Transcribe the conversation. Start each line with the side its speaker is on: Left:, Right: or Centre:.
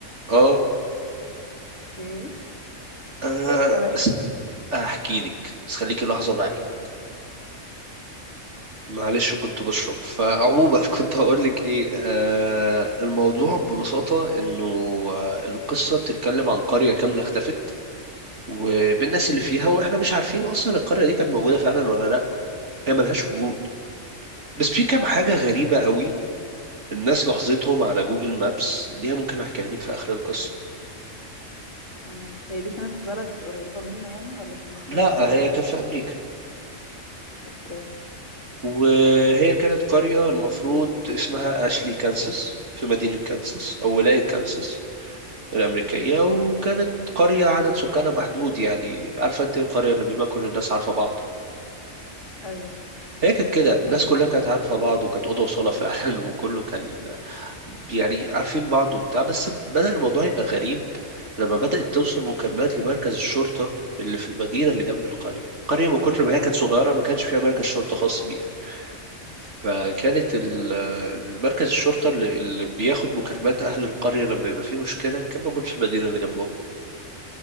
Right: اه,
Left: اوكي
Right: آه.
Left: طب احكي احكي
Right: احكي لك بس خليكي لحظة معي معلش كنت بشرب فعموما <laughs> كنت هقول لك ايه آه الموضوع ببساطة انه آه القصة بتتكلم عن قرية كاملة اختفت وبالناس
Left: ماشي
Right: اللي فيها واحنا مش عارفين اصلا القرية دي كانت موجودة فعلا ولا لا هي ملهاش وجود بس في كام حاجة غريبة قوي الناس لاحظتهم على جوجل مابس دي ممكن احكيها لك في اخر القصة
Left: ماشي هي دي كانت في بلد قريبة منا يعني ولا كانت فين
Right: لا
Left: بالظبط
Right: هي كانت في امريكا
Left: اوكي
Right: وهي كانت قرية المفروض اسمها اشلي كانساس في مدينة كانساس او ولاية كانساس الأمريكية
Left: امم
Right: وكانت قرية عدد سكانها محدود يعني عارفة أنت القرية اللي بيبقى كل الناس عارفة بعض
Left: ايوه
Right: هي كانت كده
Left: اوضه
Right: الناس
Left: وصاله
Right: كلها كانت عارفة بعض وكانت أوضة وصالة فعلا <laughs> وكله كان يعني عارفين بعض وبتاع بس بدأ الموضوع يبقى غريب لما بدأت توصل مكالمات لمركز الشرطة اللي في المدينة اللي جنب القرية القرية من كتر ما هي كانت صغيرة ما كانش فيها مركز شرطة خاص بيها فكانت ال-
Left: ماشي
Right: المركز الشرطة اللي اللي بياخد مكالمات أهل القرية لما يبقى فيه مشكلة كان موجود في المدينة اللي جنبهم